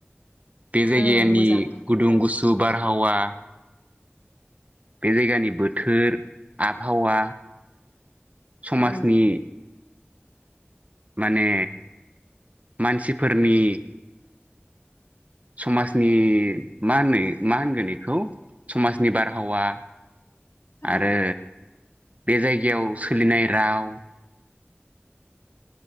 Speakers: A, on the right (about 35°); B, on the left (about 75°).
A: बे जायगानि
B: औ मोजां
A: गुदुं गुसु बारहावा बे जायगानि बोथोर आबहावा समाजनि
B: औ
A: माने मानसिफोरनि समाजनि मा होनो मा होनगोन बेखौ समाजनि बारहावा
B: औ
A: आरो बे जायगायाव सोलिनाय राव